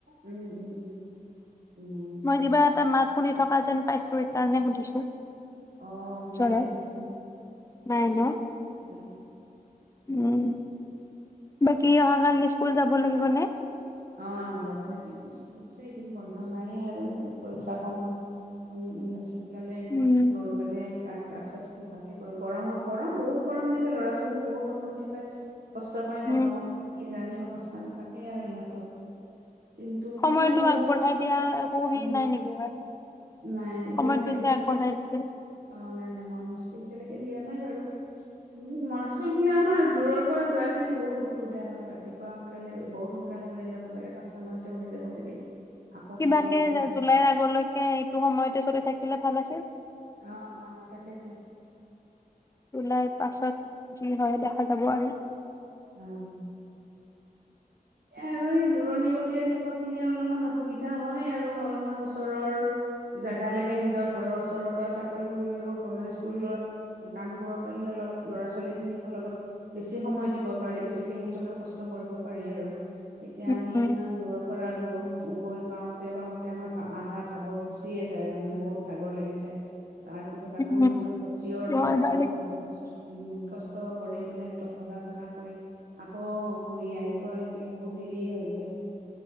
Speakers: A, on the right; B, on the left.
A: উম উম উম উম,
B: মই কিবা
A: তাকে।
B: এটা মাত শুনি থকা যেন পাইছো কাৰণে সুধিছো
A: অ নাই
B: জনাত
A: দেখোন মোৰ
B: নাই
A: ওচৰত
B: ন উম বাকী অহাকালি স্কুল যাব লাগিব নে
A: অ গাবলৈ কে ছে কিন্তু বন্ধ ন নাইয়ে আৰু পৰীক্ষা সময় উম উম সোনকালে
B: উম
A: লৈ পেলাই ক্লাছ চাছবোৰ ভালকে কৰি গৰমৰ গৰম বহুত গৰম দিছে ল'ৰা ছোৱালীয়েও বহুত অশান্তি পাইছে পাই গৰমত
B: উম
A: কিজানি অৱস্থান থাকেই আৰু ইহঁতৰ কিন্তু
B: সময়টো
A: উপায় নাই আৰু।
B: আগবঢ়াই দিয়া একো হেৰি নাই নেকি
A: নাই নাই এতিয়ালৈকে
B: সময়টো যে
A: দিম
B: আগবঢ়াই
A: নাই
B: দিছিল
A: অ নাই এমাউন্ট স্কীল এতিলৈকে দিয়া নাই বাৰু উম মৰাচল আমাৰ দূৰৰ পৰা যায় লে বহুত অসুবিধা হয় ৰাতিপুৱা সোনকালে বহুত সোনকালে ওলাই যাব লাগে, পাঁচটা মানতে ওলাই যাব লাগে। আকৌ
B: কিবাকে
A: সময়মতে,
B: জুলাইৰ আগলৈকে এইটো সময়তে চলি থাকিলে ভাল আছিল
A: অ অ তাকে তো
B: ওলাই পাছত যি হয় দেখা যাব আৰু
A: অম এ আৰু এই দূৰণি ব এতিয়া শিক্ষক খিনিৰ অলপমান অসুবিধা হয় আৰু অলপমান ওচৰৰ জেগালেকে নিজৰ ঘৰৰ ওচৰৰ পৰা চাকৰি কৰিব মানে স্কুলত কাম কৰিব পাৰিলে অলপ ল'ৰা ছোৱালী খিনিক লগত বেছি সময় দিব পাৰি বেছিকে সিহঁতৰ কষ্ট কৰিব পাৰি আৰু <unintelligible> এতিয়া
B: উম
A: আমি ইমান দূৰৰ পৰা আগ গ গৈ পাওঁতে পাওঁ তে আমাৰ আধা ভাগৰ গুচিয়ে যায় তাৰ মানে বহুত ভাগৰ লাগি যায় তাৰ পিছত আকৌ
B: উম
A: সিহঁতক চিঞৰ বাখৰ
B: হয় বাৰু
A: বস্তু উম কষ্ট কৰি পেলাই সিহঁতক পঢ়া শুনা কৰি আকৌ ঘুৰি আহিব বহুত দেৰিয়ে হৈছে